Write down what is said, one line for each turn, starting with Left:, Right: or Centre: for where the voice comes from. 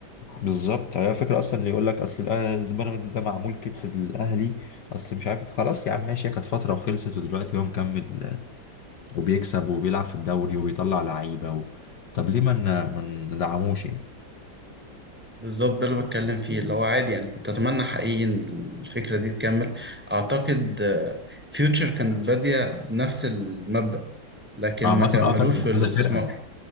Left: بالظبط هي فكره اصلا اللي يقول لك اصل الأهلي- بيراميدز ده معمول كتف الاهلي اصل مش عارف خلاص يا عم ماشي هي كانت فتره وخلصت ودلوقتي هو مكمل آه، وبيكسب وبيلعب في الدوري وبيطلع لعيبه و... طب ليه ما ن- ما ندعموش يعني
Centre: بالظبط ده اللي بتكلم فيه اللي هو عادي يعني كنت أتمنى حقيقي إن الفكرة دي تكمل أعتقد فيوتشر كانت بادية بنفس المبدأ لكن
Left: عامة
Centre: ما كملوش
Left: اه كذا
Centre: في الاستثمار
Left: كذا فرقة